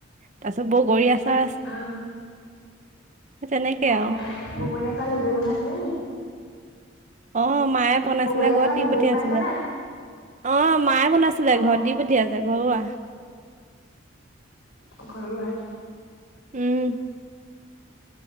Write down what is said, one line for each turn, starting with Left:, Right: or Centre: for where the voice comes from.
Right: তাৰ পিছত বগৰী আছে। আচাৰ
Left: আহ।
Right: সেই তেনেকে
Left: অ
Right: আৰু
Left: মই গৈ আছা নিজৰি বনাছিলে নে।
Right: অ মায়ে বনাইছিলে
Left: বগৰী আচাৰ
Right: ঘৰত দি
Left: নিজে
Right: পঠিয়াইছিলে।
Left: বনাইছ নে?
Right: অ মায়ে বনাইছিলে
Left: অ'
Right: ঘৰত দি পুঠিয় আছে ঘৰুৱা।
Left: ঘৰুৱা।
Right: উম